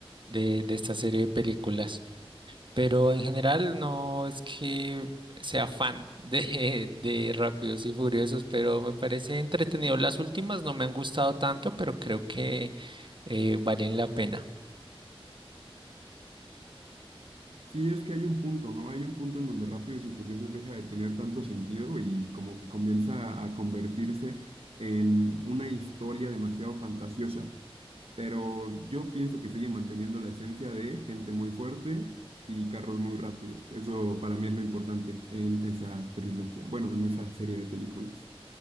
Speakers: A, on the right; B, on the right.
A: de, de esta serie de películas. Pero en general no es que sea fan <laughs> de, de Rápidos y Furiosos, pero me parece entretenido. Las últimas no me han gustado tanto, pero creo que eh, valen la pena.
B: Sí, es que hay un punto, ¿no? Hay un punto en donde Rápidos y Furiosos deja de tener tanto sentido y como que comienza a convertirse en una historia demasiado fantasiosa. Pero yo pienso que sigue manteniendo la esencia de gente muy fuerte y carros muy rápidos. Eso para mí es lo importante en esa trilogía, bueno, en esa serie de películas.